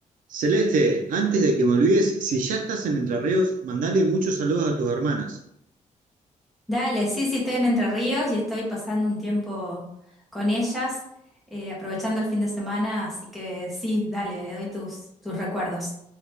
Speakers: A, on the right; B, in the centre.
A: Celeste, antes de que me olvides, si ya estás en Entre Ríos, mandale muchos saludos a tus hermanas.
B: Dale, sí, sí, estoy en Entre Ríos y estoy pasando un tiempo con ellas, eh, aprovechando el fin de semana, así que sí, dale, le doy tus, tus recuerdos.